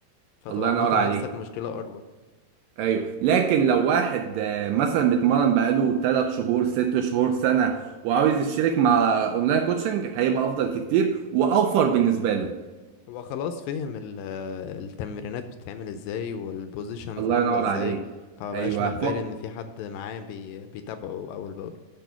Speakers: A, on the left; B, on the right.
A: فتبقى
B: الله ينور
A: عملت
B: عليك
A: لنفسك مشكلة اكبر
B: ايوه لكن لو واحد آه، مثلا بيتمرن بقاله 3 شهور 6 شهور سنه وعاوز يشترك مع اونلاين كوتشنج هيبقى افضل كتير واوفر بالنسبه له
A: هو خلاص فهم ال- آه، التمرينات بتتعمل ازاي والبوزيشنز
B: الله
A: عاملة
B: ينور
A: ازاي
B: عليك
A: فمبقاش
B: ايوه
A: محتاج
B: ف...
A: ان في حد معاه بي بيتابعه اول باول